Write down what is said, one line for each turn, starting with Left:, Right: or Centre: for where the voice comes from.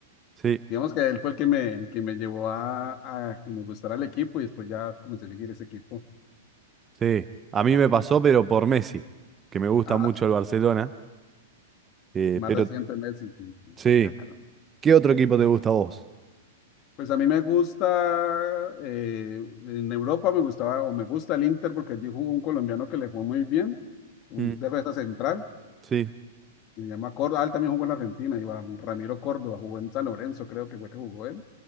Right: Sí,
Left: Digamos que él fue el que me, el que me llevó a, a que me gustara el equipo y después ya comencé a seguir ese equipo.
Right: sí. A mí me pasó, pero por Messi, que me gusta
Left: Ah,
Right: mucho el Barcelona. Eh,
Left: más
Right: pero
Left: reciente Messi, sí, sí,
Right: sí.
Left: claro.
Right: ¿Qué otro equipo te gusta a vos?
Left: Pues a mí me gusta, eh, en Europa me gustaba o me gusta el Inter porque allí jugó un colombiano que le fue muy bien, un
Right: Mm,
Left: defensa central,
Right: sí,
Left: se llama Córdoba, ah, él también jugó en Argentina, Iván Ramiro Córdoba, jugó en San Lorenzo, creo que fue que jugó él.